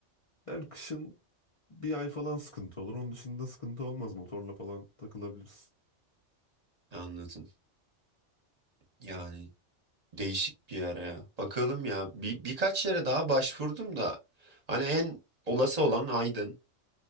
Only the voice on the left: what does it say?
Yani kışın bir ay falan sıkıntı olur. Onun dışında sıkıntı olmaz. Motorla falan takılabilirsin.